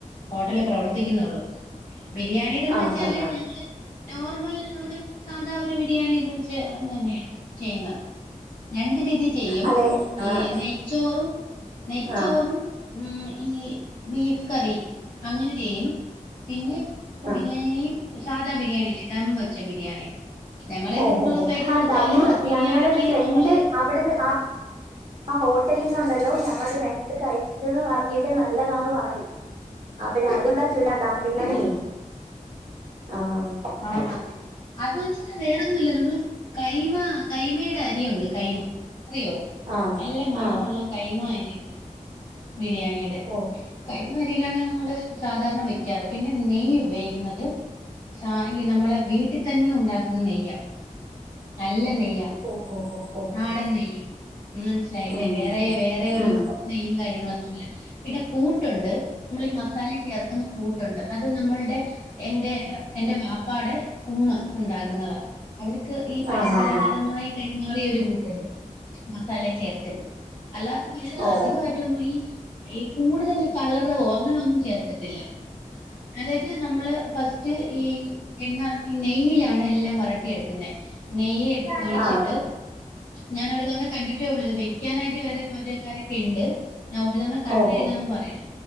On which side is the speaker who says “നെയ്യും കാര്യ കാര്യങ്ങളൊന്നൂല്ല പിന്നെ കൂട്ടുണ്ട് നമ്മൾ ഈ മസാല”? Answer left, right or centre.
Left